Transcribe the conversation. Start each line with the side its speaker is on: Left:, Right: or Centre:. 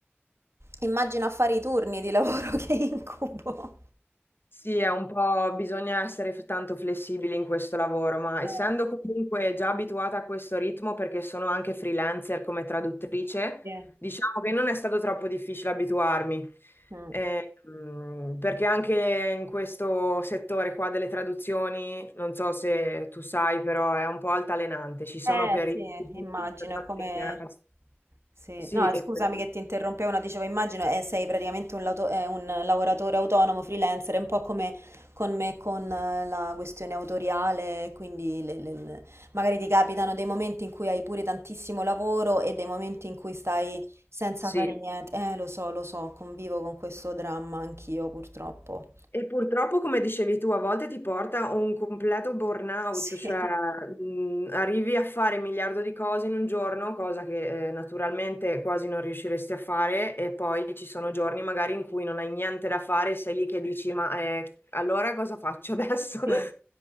Right: Immagino a fare i turni di lavoro <laughs> che incubo.
Left: Sì, è un po', bisogna essere f- tanto flessibili in questo lavoro, ma essendo
Right: Eh,
Left: comunque già abituata a questo ritmo, perché sono anche freelancer come traduttrice,
Right: sì.
Left: diciamo che non è stato troppo difficile abituarmi,
Right: Mm.
Left: Eh, mh, perché anche in questo settore qua delle traduzioni, non so se tu sai, però è un po' altalenante. Ci sono
Right: Eh
Left: periodi
Right: sì,
Left: in
Right: immagino
Left: cui c'è tante
Right: è come...
Left: chiasse.
Right: Sì.
Left: Sì,
Right: No,
Left: e-
Right: scusami
Left: per-
Right: che ti interrompevo, no, dicevo immagino eh, sei praticamente un, lato- eh, un lavoratore autonomo, freelancer, è un po' come con me con eh, la questione autoriale, quindi le- le- le- magari ti capitano dei momenti in cui hai pure tantissimo lavoro e dei momenti in cui stai senza
Left: sì.
Right: fare niente. Eh, lo so, lo so, convivo con questo dramma anch'io purtroppo.
Left: E purtroppo, come dicevi tu, a volte ti porta a un completo burnout,
Right: Sì,
Left: cioè
Right: <laughs>
Left: mh, arrivi a fare un miliardo di cose in un giorno, cosa che eh, naturalmente quasi non riusciresti a fare, e poi ci sono giorni magari in cui non hai niente da fare, sei lì che dici, ma eh, allora cosa faccio adesso?
Right: sì.
Left: <laughs>